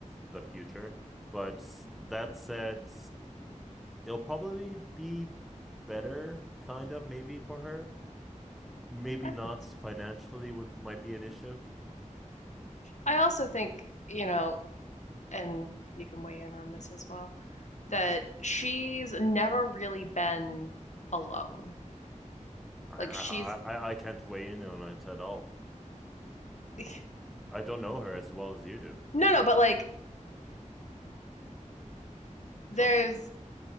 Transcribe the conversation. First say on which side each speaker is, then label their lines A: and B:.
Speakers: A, in the centre; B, on the left.
A: the future. But that said, it'll probably be better, kind of, maybe for her. Maybe
B: I
A: not
B: think so.
A: financially would might be an issue.
B: I also think, you know, and you can weigh in on this as well,
A: Hmm.
B: that she's never really been alone.
A: I
B: Like
A: I
B: she's
A: I I can't weigh in on it at all.
B: <laughs>
A: I don't know her as well as you do.
B: no, no, but like there's
A: Tell me.